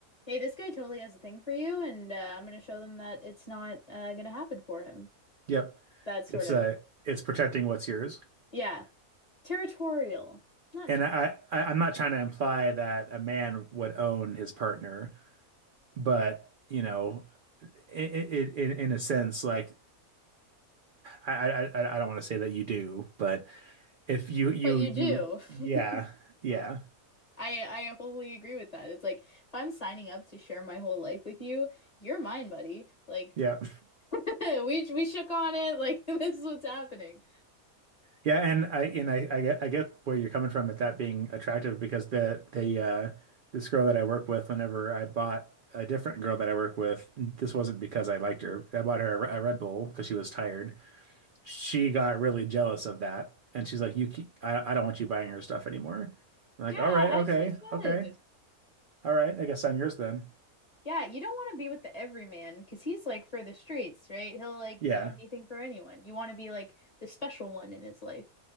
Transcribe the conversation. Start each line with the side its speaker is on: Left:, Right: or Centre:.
Left: hey, this guy totally has a thing for you, and uh, I'm gonna show them that it's not uh, gonna happen for him.
Right: Yep.
Left: That sort
Right: It's
Left: of,
Right: uh it's protecting what's yours.
Left: yeah, territorial, not
Right: And
Left: jealous,
Right: I, I I'm not trying to imply that a man would own his partner, but you know, i i i- in in a sense, like I I I I don't want to say that you do, but If you you
Left: but you
Right: you
Left: do.
Right: yeah
Left: <laughs>
Right: yeah
Left: I I wholly agree with that. It's like if I'm signing up to share my whole life with you, you're mine, buddy. Like.
Right: yeah
Left: <laughs> We we shook on it like <laughs> this is what's happening.
Right: yeah and I and I I get I get where you're coming from with that being attractive because the the uh this girl that I work with whenever I bought a different girl that I work with this wasn't because I liked her I bought her a, Re- a Red Bull because she was tired she got really jealous of that and she's like you keep, I I don't want you buying her stuff anymore I'm like
Left: Yeah,
Right: all right
Left: as
Right: okay
Left: she should.
Right: okay all right I guess I'm yours then
Left: Yeah, you don't want to be with the everyman because he's like for the streets, right? He'll like
Right: yeah
Left: do anything for anyone. You want to be like the special one in his life.